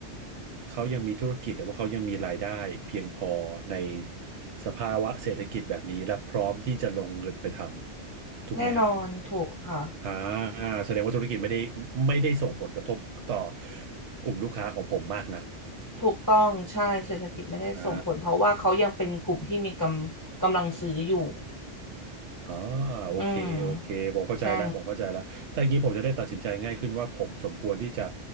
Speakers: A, on the right; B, on the left.
A: เขายังมีธุรกิจหรือว่าเขายังมีรายได้เพียงพอในสภาวะเศรษฐกิจแบบนี้และพร้อมที่จะลงเงินไปทำถูกไหมฮะ
B: แน่นอนถูกค่ะ
A: อ่าแสดงว่าธุรกิจไม่ได้ไม่ได้ส่งผลกระทบต่อกลุ่มลูกค้าของผมมากนัก
B: ถูกต้องใช่เศรษฐกิจไม่ได้ส่งผลเพราะว่าเขายังเป็นกลุ่มที่มีกำกำลังซื้ออยู่
A: อ่า อ่าโอเคโอเคผมเข้าใจแล้วผมเข้าใจแล้วถ้าอย่างนี้ผมจะได้ตัดสินใจง่ายขึ้นว่าผมสมควรที่จะ
B: อืมใช่